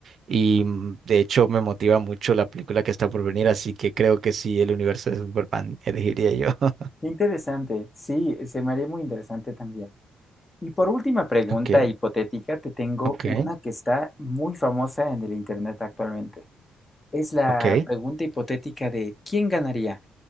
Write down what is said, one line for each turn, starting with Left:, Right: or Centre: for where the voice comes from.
Right: Y mm, de hecho me motiva mucho la película que está por venir, así que creo que sí, el universo de Superman elegiría yo. <laughs>
Left: interesante. Sí, se me haría muy interesante también. Y por última pregunta
Right: Ok,
Left: hipotética, te tengo
Right: ok,
Left: una que está muy famosa en el internet actualmente. Es la
Right: ok,
Left: pregunta hipotética de ¿quién ganaría?